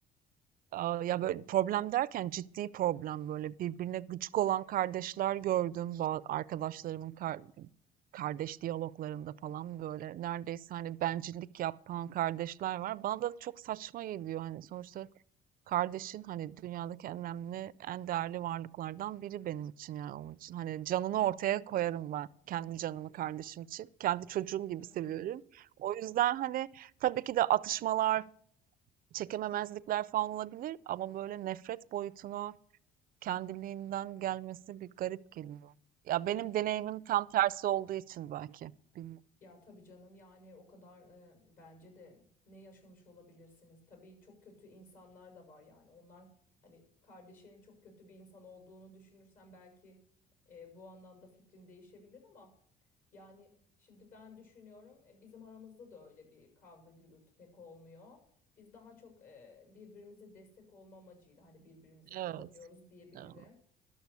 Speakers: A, on the right (about 55°); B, on the left (about 55°).
A: Aa, ya böyle problem derken ciddi problem böyle birbirine gıcık olan kardeşler gördüm ba- arkadaşlarımın kar- kardeş diyaloglarında falan böyle neredeyse hani bencillik yapan kardeşler var. Bana da çok saçma geliyor hani sonuçta kardeşin hani dünyadaki en önemli en değerli varlıklardan biri benim için yani onun için hani canını ortaya koyarım ben kendi canımı kardeşim için kendi çocuğum gibi
B: Hı
A: seviyorum.
B: hı.
A: O yüzden hani Tabii ki de atışmalar çekememezlikler falan olabilir ama böyle nefret boyutuna kendiliğinden gelmesi bir garip geliyor. Ya
B: Ay
A: benim deneyimim tam tersi olduğu için belki. Bilmiyorum.
B: Ya tabii canım yani o kadar e, bence de ne yaşamış olabilirsiniz. Tabii çok kötü insanlar da var yani. Onlar hani kardeşinin çok kötü bir insan olduğunu düşünürsen belki e, bu anlamda fikrin değişebilir ama yani şimdi ben düşünüyorum e, bizim aramızda da öyle bir kavga gürültü pek olmuyor. Biz daha çok e, birbirimize destek olma amacıyla hani birbirimizi
A: Evet.
B: kullanıyoruz diyebilirim.
A: Evet.